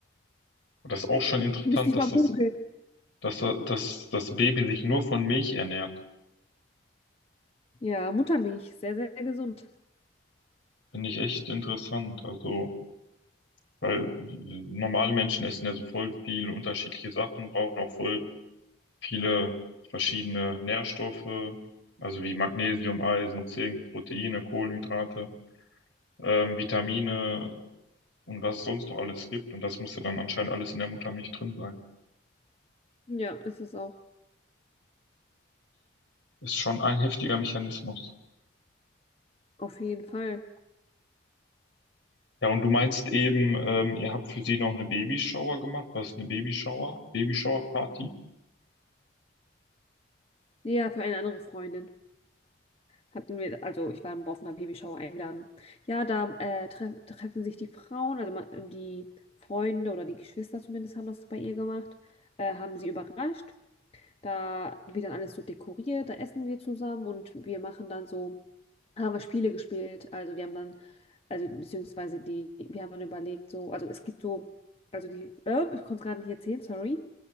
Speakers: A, on the left; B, on the left.
A: Und das ist auch schon interessant,
B: Müsste ich
A: dass
B: mal
A: das,
B: googeln.
A: dass, da- dass das Baby sich nur von Milch ernährt.
B: Ja, Muttermilch, sehr, sehr gesund.
A: Finde ich echt interessant. Also, weil normale Menschen essen ja so voll viele unterschiedliche Sachen, brauchen auch voll viele verschiedene Nährstoffe, also wie Magnesium, Eisen, Zink, Proteine, Kohlenhydrate, ähm, Vitamine und was es sonst noch alles gibt. Und das muss ja dann anscheinend alles in der Muttermilch drin sein.
B: Ja, ist es auch.
A: Ist schon ein heftiger Mechanismus.
B: Auf jeden Fall.
A: Ja, und du meinst eben, ähm, ihr habt für sie noch eine Babyshower gemacht. Was ist eine Babyshower? Babyshower-Party?
B: Ja, für eine andere Freundin. Hatten wir, also ich war mal auf einer Babyshower eingeladen. Ja, da äh, tref treffen sich die Frauen, also man, ähm, die Freunde oder die Geschwister zumindest haben das bei ihr gemacht, äh, haben sie überrascht. Da wird dann alles so dekoriert, da essen wir zusammen und wir machen dann so, haben wir Spiele gespielt. Also wir haben dann, also beziehungsweise die, wir haben dann überlegt, so, also es gibt so, also die, äh, ich konnte es gerade nicht erzählen, sorry.